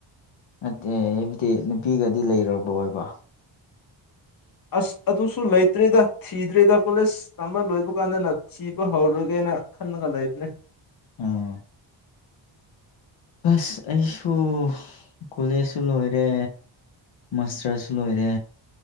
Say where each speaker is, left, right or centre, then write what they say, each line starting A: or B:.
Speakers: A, on the left; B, on the left.
A: ꯅꯠꯇꯦ ꯍꯥꯏꯕꯗꯤ ꯅꯨꯄꯤꯒꯗꯤ ꯂꯩꯔꯕ ꯑꯣꯏꯕ
B: ꯑꯁ ꯑꯗꯨꯁꯨ ꯂꯩꯇ꯭ꯔꯦꯗ ꯊꯤꯗ꯭ꯔꯦꯗ ꯀꯣꯂꯦꯁ ꯇꯝꯕ ꯂꯣꯏꯕ ꯀꯥꯟꯗꯅ ꯊꯤꯕ ꯍꯧꯔꯒꯦꯅ ꯈꯟꯂꯒ ꯂꯩꯕꯅꯦ
A: ꯑꯝ ꯁ ꯑꯁꯨꯣ ꯀꯣꯂꯦꯖꯁꯨ ꯂꯣꯏꯔꯦ ꯃꯥꯁꯇꯔꯁꯨ ꯂꯣꯏꯔꯦ